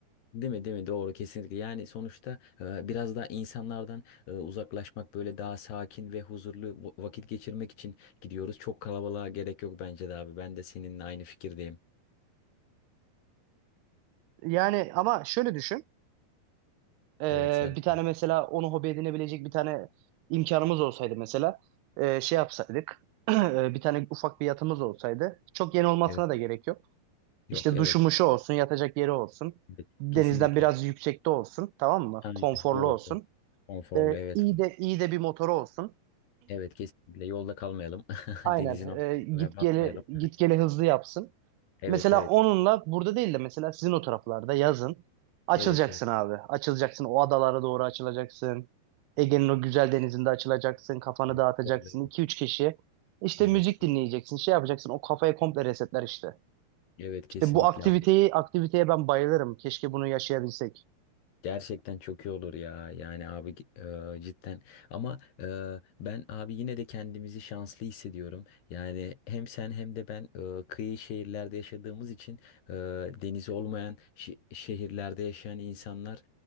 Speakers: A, on the left; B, on the right.
A: Değil mi değil mi? Doğru kesinlikle. Yani sonuçta e, biraz daha insanlardan e, uzaklaşmak böyle daha sakin ve huzurlu va- vakit geçirmek için gidiyoruz. Çok kalabalığa gerek yok bence de abi. Ben de seninle aynı fikirdeyim.
B: Yani ama şöyle düşün. Ee,
A: Evet Serdar.
B: bir tane mesela onu hobi edinebilecek bir tane imkanımız olsaydı mesela e, şey yapsaydık <clears throat> e, bir tane ufak bir yatımız olsaydı çok yeni olmasına
A: Evet.
B: da gerek yok.
A: Yok
B: İşte
A: evet.
B: duşumuşu olsun, yatacak yeri olsun,
A: Evet.
B: denizden
A: Kesinlikle.
B: biraz yüksekte olsun, tamam mı?
A: Aynen.
B: Konforlu
A: Doğru
B: olsun.
A: doğru. Konforlu
B: Ee,
A: evet.
B: iyi de iyi de bir motoru olsun.
A: Evet kesinlikle yolda kalmayalım. <laughs>
B: Aynen.
A: Denizin ortasına
B: e, git
A: batmayalım.
B: geli git geli hızlı yapsın.
A: Evet
B: Mesela
A: evet.
B: onunla burada değil de mesela sizin o taraflarda yazın açılacaksın
A: Evet evet.
B: abi. Açılacaksın o adalara doğru açılacaksın. Ege'nin o güzel denizinde açılacaksın. Kafanı
A: Evet.
B: dağıtacaksın.
A: Öyle.
B: iki üç kişi işte
A: Evet.
B: müzik dinleyeceksin. Şey yapacaksın. O kafayı komple resetler işte.
A: Evet
B: İşte
A: kesinlikle
B: bu aktiviteyi
A: abi.
B: aktiviteye ben bayılırım. Keşke bunu yaşayabilsek.
A: Gerçekten çok iyi olur ya. Yani abi e, cidden. Ama e, ben abi yine de kendimizi şanslı hissediyorum. Yani hem sen hem de ben e, kıyı şehirlerde yaşadığımız için e, denizi olmayan şi- şehirlerde yaşayan insanlar